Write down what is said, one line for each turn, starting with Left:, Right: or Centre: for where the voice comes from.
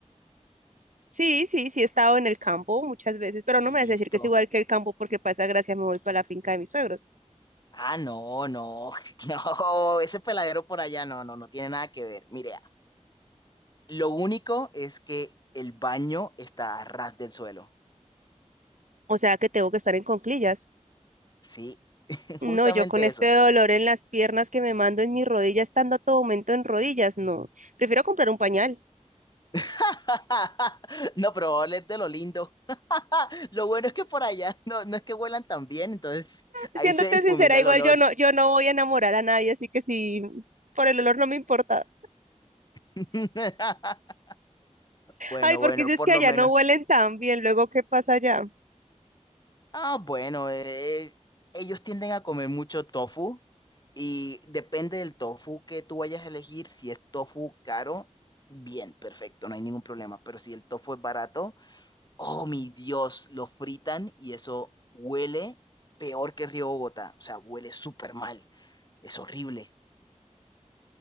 Right: Sí, sí, sí he estado en el campo muchas veces, pero
Left: Listo.
Right: no me vas a decir que es igual que el campo porque para esa gracia me voy para la finca de mis suegros.
Left: Ah, no, no, <laughs> no, ese peladero por allá no, no, no tiene nada que ver. Mire, lo único es que el baño está a ras del suelo,
Right: O sea que tengo que estar en conclillas.
Left: ¿sí? <laughs>
Right: No,
Left: Justamente
Right: yo con este
Left: eso.
Right: dolor en las piernas que me mando en mis rodillas, estando a todo momento en rodillas, no. Prefiero comprar un pañal.
Left: <laughs> No, pero va a oler de lo lindo. <laughs> Lo bueno es que por allá no, no es que huelan tan bien, entonces ahí
Right: Siéndote
Left: se difumina
Right: sincera, igual
Left: el olor.
Right: yo no, yo no voy a enamorar a nadie, así que sí, por el olor no me importa.
Left: <laughs> Bueno,
Right: Ay, porque
Left: bueno,
Right: si es
Left: por
Right: que allá
Left: lo menos.
Right: no huelen tan bien, luego ¿qué pasa allá?
Left: Ah, bueno, eh, ellos tienden a comer mucho tofu y depende del tofu que tú vayas a elegir. Si es tofu caro, bien, perfecto, no hay ningún problema. Pero si el tofu es barato, oh mi Dios, lo fritan y eso huele peor que Río Bogotá. O sea, huele súper mal, es horrible.